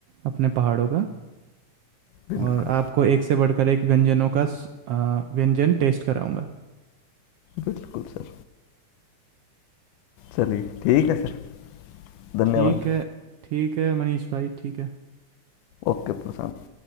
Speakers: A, on the right; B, on the left.
A: अपने पहाड़ों का
B: बिल्कुल
A: और आपको एक से बढ़कर एक व्यंजनों का स- आ, व्यंजन टेस्ट कराऊंगा
B: बिल्कुल सर चलिए ठीक है सर धन्यवाद
A: ठीक है ठीक है मनीष भाई ठीक है
B: ओके प्रशांत